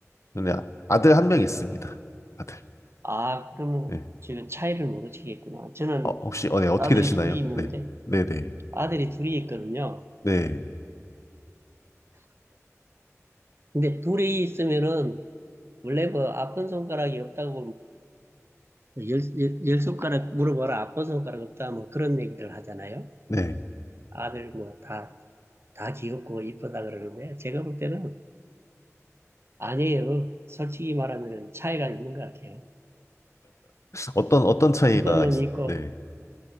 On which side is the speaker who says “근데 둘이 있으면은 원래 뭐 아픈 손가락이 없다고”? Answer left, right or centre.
Right